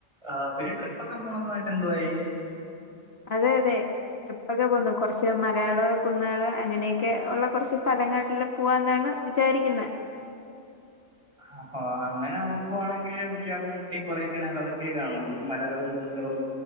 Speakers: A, on the right; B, on the left.
A: ആ പിന്നെ ട്രിപ്പൊക്കെ പോണന്ന് പറഞ്ഞിട്ട് എന്തുവായി
B: അതെ അതെ ട്രിപ്പൊക്കെ പോവുന്നു കൊറച്ച് മലകള് കുന്നേള് അങ്ങനെയൊക്കെ ഒള്ള കൊറച്ച് സ്ഥലങ്ങളില് പോവാന്നാണ് വിചാരിക്കുന്നെ
A: ആഹാ അങ്ങനെ നോക്കുവാണെങ്കിൽ മിക്കവാറും ഊട്ടി കൊടേകെനാൽ അതൊക്കെ കാണുള്ളൂ മലകളും കുന്നുകളും